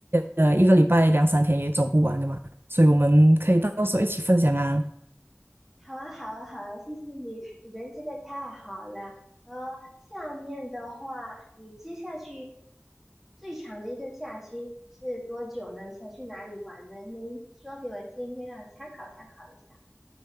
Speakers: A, on the right; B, in the centre.
A: 呃，一个礼拜两三天也走不完的嘛，所以我们可以到时候一起分享啊。
B: <laughs> 好啊，好啊，好啊，谢谢你，你人真的太好了。呃，下面的话，你接下去最长的一个假期是多久呢？想去哪里玩呢？您说给我听一听，让我参考参考一下。